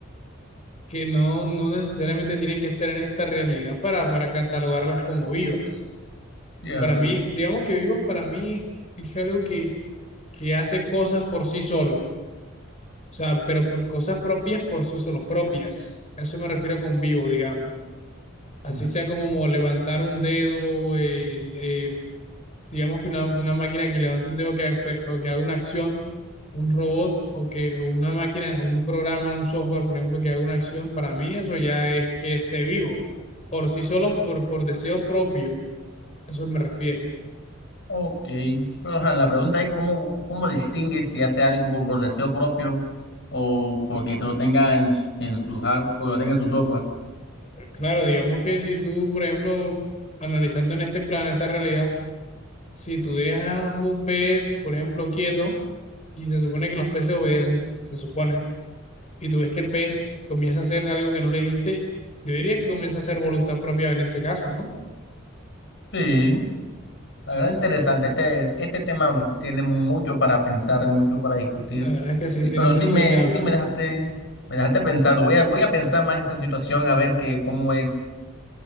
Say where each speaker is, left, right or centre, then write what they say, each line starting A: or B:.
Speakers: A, on the left; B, on the left.
A: que no, no necesariamente tienen que estar en esta realidad para, para catalogarlas como vivas.
B: cierto.
A: Para mí, digamos que vivas para mí es algo que, que hace cosas por sí solo, o sea, pero co- cosas propias por sí solo, propias. A eso me refiero con vivo, digamos. Así
B: Mm.
A: sea como levantar un dedo, el, eh, digamos que una, una máquina que levante un dedo que, ha- o que haga una acción un robot o que o una máquina, un programa, un software, por ejemplo, que haga una acción, para mí eso ya es que esté vivo, por sí solo, por, por deseo propio, a eso me refiero.
B: Ok, pero ajá, la pregunta es cómo, cómo distingues si hace algo con- por deseo propio o porque te lo tenga en, s- en su hard- porque lo tenga en su software.
A: Pero claro, digamos que si tú, por ejemplo, analizando en este plano, esta realidad, si tú dejas un pez, por ejemplo, quieto, y se supone que los peces obedecen, se supone, y tú ves que el pez comienza a hacer algo que no le dijiste, yo diría que comienza a hacer voluntad propia en ese caso, ¿no?
B: Sí, la verdad interesante. Este, este tema tiene mucho para pensar, mucho para discutir.
A: La verdad es que sí
B: Y
A: tiene
B: pero
A: mucho
B: sí me,
A: de qué hablar.
B: sí me dejaste, me dejaste pensando. Voy a, voy a pensar más esa situación a ver que cómo es.